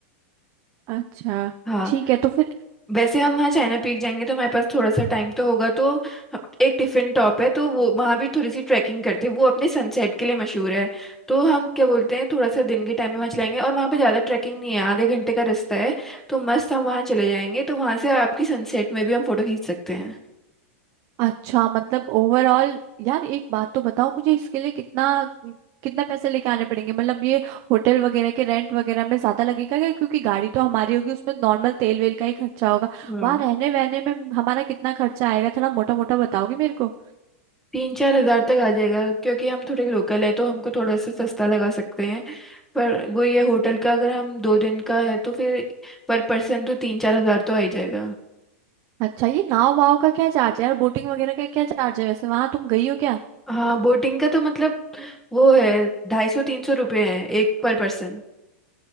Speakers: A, on the right; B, in the centre.
A: अच्छा
B: हाँ
A: ठीक है तो फिर
B: वैसे हम वहाँ चाइना पीक जाएंगे तो हमारे पास थोड़ा सा टाइम तो होगा तो हम- एक टिफिन टॉप है तो वो वहाँ भी थोड़ी सी ट्रैकिंग करते हैं वो अपने सनसेट के लिए मशहूर है तो हम क्या बोलते हैं थोड़ा सा दिन के टाइम में वहाँ चलाएंगे और वहाँ पे ज़्यादा ट्रैकिंग नहीं है आधे घंटे का रास्ता है तो मस्त हम वहाँ चले जाएंगे तो वहाँ से आपकी सनसेट में भी हम फोटो खींच सकते हैं
A: अच्छा मतलब ओवरऑल यार एक बात तो बताओ मुझे इसके लिए कितना कितना पैसे लेके आने पड़ेंगे मतलब ये होटल वगैरह के रेंट वगैरह में ज्यादा लगेगा क्या क्योंकि गाड़ी तो हमारी होगी उसमें नॉर्मल तेल वेल का ही खर्चा होगा
B: हम्म
A: वहां रहने वहने में हमारा कितना खर्चा आएगा थोड़ा मोटा मोटा बताओगी मेरे को
B: तीन चार हजार तक आ जाएगा क्योंकि हम थोड़े लोकल है तो हमको थोड़ा सा सस्ता लगा सकते हैं पर वो ये होटल का अगर हम दो दिन का है तो फिर पर पर्सन तो तीन चार हजार तो आ ही जाएगा
A: अच्छा ये नाव वाव का क्या चार्ज है यार बोटिंग वगैरह का क्या चार्ज है वैसे वहां तुम गई हो क्या
B: हाँ बोटिंग का तो मतलब वो है ढाई सौ तीन सौ रुपये है एक पर पर्सन